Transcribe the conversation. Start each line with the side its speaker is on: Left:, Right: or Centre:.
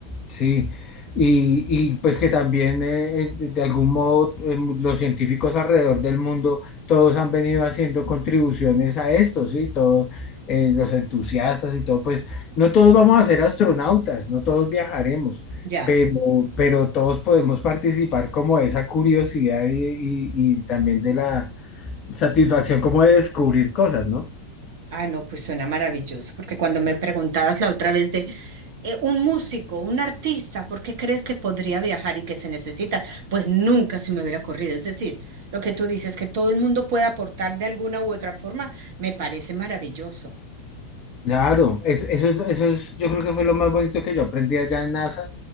Left: Sí, y, y pues que también eh, eh, de algún modo eh, los científicos alrededor del mundo, todos han venido haciendo contribuciones a esto, ¿sí? Todos eh, los entusiastas y todo, pues no todos vamos a ser astronautas, no todos viajaremos
Right: Ya.
Left: pero, pero todos podemos participar como de esa curiosidad y, y- y también de la satisfacción como de descubrir cosas, ¿no?
Right: Ah, no, pues suena maravilloso, porque cuando me preguntabas la otra vez de eh, un músico, un artista, ¿por qué crees que podría viajar y que se necesita? Pues nunca se me hubiera ocurrido. Es decir, lo que tú dices, que todo el mundo puede aportar de alguna u otra forma, me parece maravilloso,
Left: Claro, es- eso es, eso es, yo creo que fue lo más bonito que yo aprendí allá en NASA